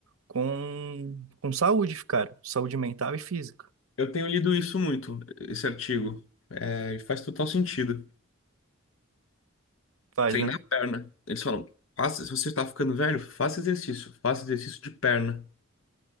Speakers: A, on the right; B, on the left.
A: com, com saúde, cara. Saúde mental e física.
B: Eu tenho lido isso muito, esse artigo. É, e faz total sentido.
A: Faz,
B: Treinar
A: né?
B: a perna. Eles falam, faça, se você está ficando velho, faça exercício. Faça exercício de perna.